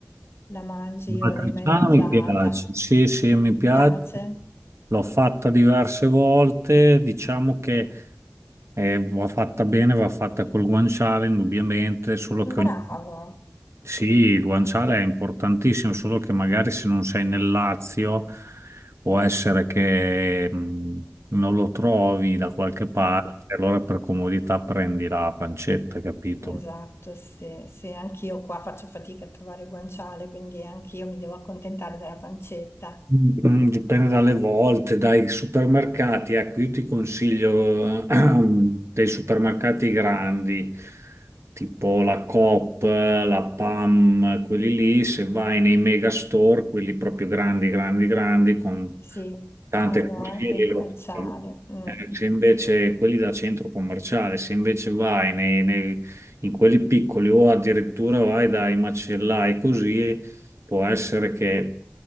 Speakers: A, on the left; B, on the right.
A: la mangi
B: La matriciana
A: o l'hai mai mangiata.
B: mi piace, sì, sì, mi
A: Ti
B: piace.
A: piace?
B: L'ho fatta diverse volte, diciamo che eh, va fatta bene, va fatta col guanciale, indubbiamente, solo che
A: Bravo.
B: ogni- sì, il guanciale è importantissimo, solo che magari se non sei nel Lazio può essere che mh, non lo trovi da qualche parte,
A: Mm,
B: allora per comodità prendi la pancetta, capito?
A: esatto, sì, sì, anch'io qua faccio fatica a trovare guanciale, quindi anch'io mi devo accontentare della pancetta.
B: Mm, Dipende dalle volte, dai supermercati. Ecco, io ti consiglio <clears throat> dei supermercati grandi, tipo la Coop, la PAM, quelli lì. Se vai nei mega store, quelli proprio grandi, grandi, grandi, con
A: Sì,
B: tante
A: hanno
B: cose,
A: anche
B: lì
A: il
B: lo
A: guanciale.
B: trovi.
A: Mm,
B: Eh,
A: mm.
B: se invece quelli da centro commerciale, se invece vai nei, nei- in quelli piccoli o addirittura vai dai macellai così può essere che